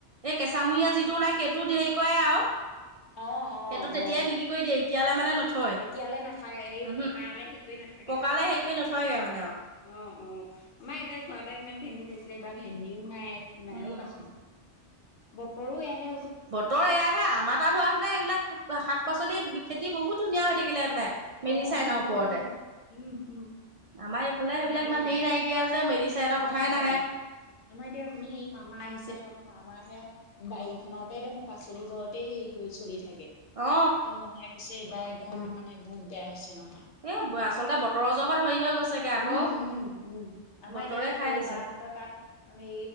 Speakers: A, on the right; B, on the left.
A: এই কেঁচামূৰিয়া যিটো ওলাই সেইটো হেৰি কয় আও।
B: অ', অ',
A: সেইটো তেতিয়াই
B: অ',
A: বিক্ৰী কৰি দিয়ে এতিয়ালৈ মানে নথয়
B: এতিয়ালে নাথাকে এই
A: উমহুম।
B: পকালে হেৰি কৰি নাথাকে
A: পকালে
B: আৰু
A: হেৰি কৰি নথৈগে মানে আৰু
B: অ', অ', আমাৰ এতিয়া যোৱাবাই ইমান ভেন্দি লাগিছিলে এইবাৰ ভেন্দিও নাই, একো নাইয়ো
A: উম
B: পাচলি। বতৰো এহে
A: বতৰ এয়াহে আমাৰ তাত হোৱা সেইতেনে এইবিলাক শাক পাচলি খেতি বহুত ধুনীয়া হৈ থাকিলে সে মেলি
B: অ',
A: চাই ন
B: হয়,
A: ওপৰতে
B: হয়, উম, উম,
A: আমাৰ এইফালে
B: আমাৰ
A: সেইবিলাক
B: এতিয়া
A: ইমান হেৰি নাইকিয়া যে মেডিচাইনৰ কথাই
B: অ',
A: নাহে
B: আমাৰ এতিয়া শুনি এই মামা আহিছে আও মামাহে। বাৰীখনতে দেখো পাচলি য'হতেই হেৰি কৰি চলি থাকে এতিয়া
A: অ
B: মমায়ে কৈছে বা একদম মানে বহুত বেয়া হৈছে নহয়।
A: এ আচলতে বতৰৰ জহত হেৰি হৈ গৈছেগে
B: উম,
A: আকৌ
B: উম, উম, আমাৰ
A: বতৰে
B: এতিয়া এই
A: খাই
B: সৰু
A: দিছে
B: বাহঁতৰ তাত হে